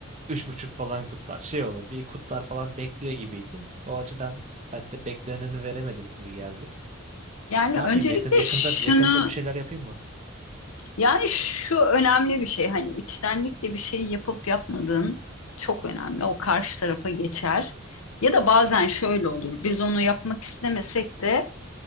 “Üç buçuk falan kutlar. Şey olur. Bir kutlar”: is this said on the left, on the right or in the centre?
Right